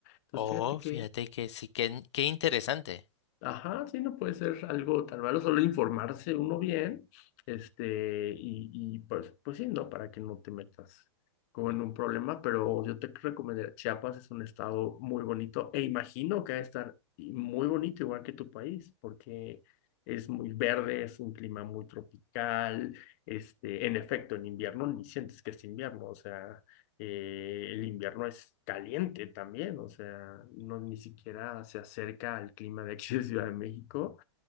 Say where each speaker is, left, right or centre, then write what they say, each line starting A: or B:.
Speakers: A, on the left; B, on the left.
A: Entonces,
B: Oh,
A: fíjate que,
B: fíjate que sí, que qué interesante.
A: ajá, sí, no puede ser algo tan malo, solo informarse uno bien, este, y, y pues, pues sí, ¿no? Para que no te metas como en un problema, pero yo te recomendaría, Chiapas es un estado muy bonito e imagino que va a estar y muy bonito igual que tu país, porque es muy verde, es un clima muy tropical, este, en efecto, en invierno ni sientes que es invierno, o sea, eh, el invierno es caliente también, o sea, no ni siquiera se acerca al clima de aquí de Ciudad de México.